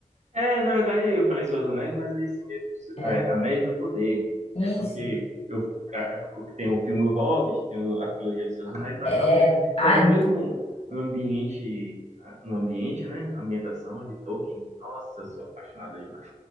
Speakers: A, on the right; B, on the left.
A: É, na verdade, eu falei Seus Anéis, mas é isso mesmo,
B: É,
A: é, Anéis do Poder.
B: isso.
A: É porque eu a- a- tem o filme O Hobbit, tem o- a trilogia dos Seus Anéis, eu
B: É,
A: acabo
B: ah,
A: que é do
B: é
A: mesmo
B: muito,
A: ambiente, ah, no ambiente, né? Ambientação de Tolkien. Nossa, eu sou apaixonado demais.